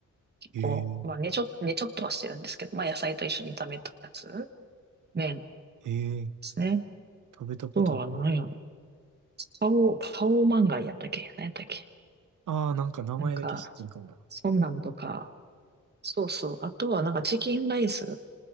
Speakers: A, on the right (about 35°); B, on the right (about 75°).
A: 結構、
B: ええ
A: まあ、ねちょ、ねちょっとはしてるんですけど、まあ、野菜と一緒に炒めたやつ、麺で
B: ええ
A: すね。
B: 食べたことない
A: あとは何やろ。パオ、パオマンガイやったっけ何やったっけ
B: ああー、なんか名前だけ知ってるかもな。
A: なんか、そんなんとか、そうそう。あとはなんかチキンライス